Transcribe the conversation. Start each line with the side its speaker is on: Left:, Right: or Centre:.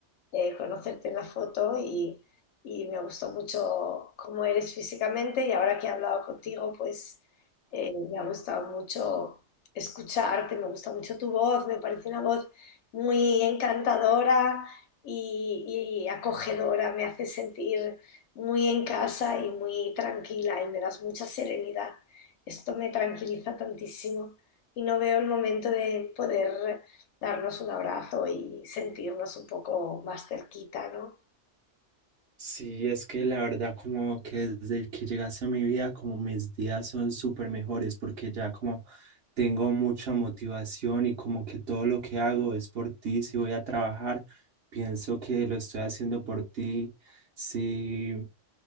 Left: eh, conocerte en la foto y, y me gustó mucho cómo eres físicamente y ahora que he hablado contigo, pues eh, me ha gustado mucho escucharte, me gusta mucho tu voz, me parece una voz muy encantadora y, y acogedora, me hace sentir muy en casa y muy tranquila y me das mucha serenidad. Esto me tranquiliza tantísimo y no veo el momento de poder darnos un abrazo y sentirnos un poco más cerquita, ¿no?
Right: Sí, es que la verdad como que desde que llegase a mi vida como mis días son súper mejores porque ya como tengo mucha motivación y como que todo lo que hago es por ti. Si voy a trabajar, pienso que lo estoy haciendo por ti. Si,